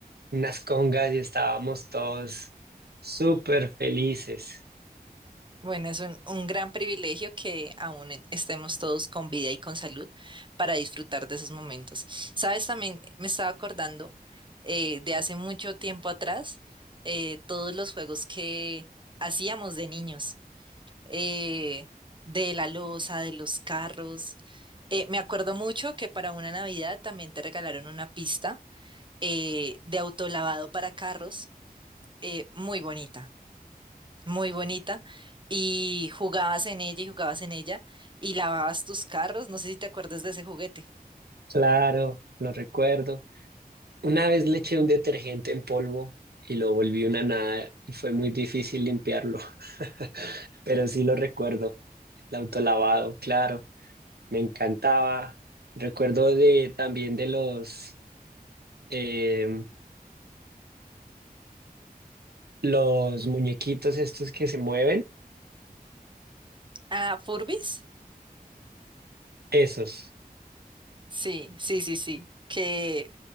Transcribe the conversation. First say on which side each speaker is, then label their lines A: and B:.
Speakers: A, on the right; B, on the right.
A: unas congas y estábamos todos súper felices.
B: Bueno, es un, un gran privilegio que aún en- estemos todos con vida y con salud para disfrutar de esos momentos. Sabes, también me estaba acordando eh, de hace mucho tiempo atrás, eh, todos los juegos que hacíamos de niños, eh, de la loza, de los carros. Eh, me acuerdo mucho que para una Navidad también te regalaron una pista eh, de autolavado para carros, eh, muy bonita muy bonita y jugabas en ella y jugabas en ella y lavabas tus carros. No sé si te acuerdas de ese juguete.
A: Claro, lo recuerdo. Una vez le eché un detergente en polvo y lo volví una nada y fue muy difícil limpiarlo, <laughs> pero sí lo recuerdo. El autolavado, claro. me encantaba. Recuerdo de, también de los, em, los muñequitos estos que se mueven,
B: Ah, Furbis.
A: esos.
B: Sí, sí, sí, sí. Que